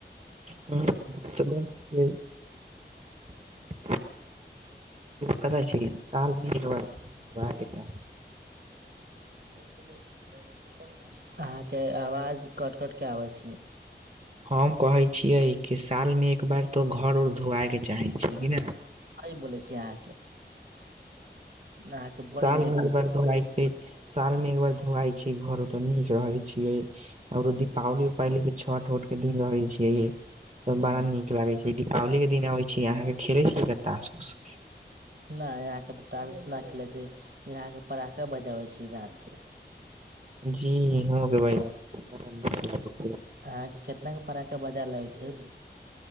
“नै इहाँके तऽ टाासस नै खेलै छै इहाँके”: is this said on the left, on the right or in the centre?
Right